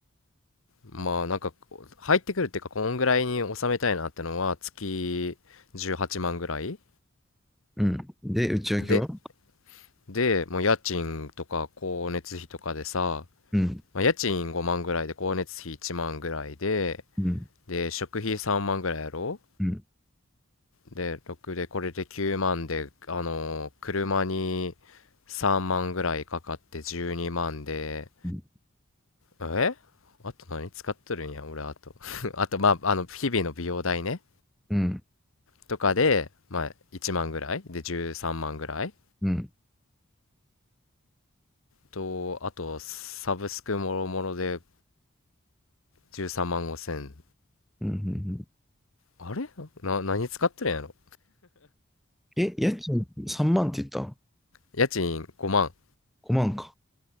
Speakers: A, on the left (about 70°); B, in the centre.
A: まあなんか入ってくるっていうかこんぐらいに収めたいなってのは月18万ぐらい
B: うん。で、内訳は
A: ででもう家賃とか光熱費とかでさ、
B: うん。
A: まあ、家賃5万ぐらいで光熱費1万ぐらいで
B: うん。
A: で食費3万ぐらいやろ
B: うん。
A: で、6で、これで9万で、あのー車に3万ぐらいかかって12万で、
B: うん。
A: えあと何使っとるんや、俺、あと。<laughs> あと、まあ、あの、日々の美容代ね、
B: うん。
A: とかで、まあ、1万ぐらいで、13万ぐらい
B: うん。うん。
A: と、あと、サブスクもろもろで13万5千。
B: うんうん
A: あれな、何使っとるんやろ
B: え、家賃3万って言った
A: 家賃5万。
B: ?5 万か。